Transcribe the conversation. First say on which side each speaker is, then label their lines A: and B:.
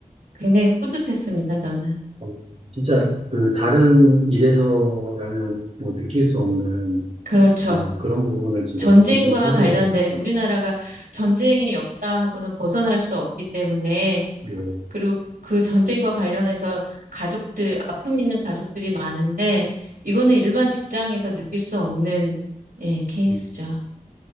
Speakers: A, on the right; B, on the right.
A: 굉장히 뿌듯했습니다, 저는.
B: 어, 진짜 그 다른 일에서라면 뭐 느낄 수 없는
A: 그렇죠.
B: 아, 그런 부분을 진짜
A: 전쟁과
B: 느끼신 사례,
A: 관련된 우리나라가 전쟁의 역사하고는 벗어날 수 없기 때문에
B: 예,
A: 그리고 그 전쟁과 관련해서 가족들, 아픔 있는 가족들이 많은데 이거는 일반 직장에서 느낄 수 없는 예, 케이스죠.
B: 음,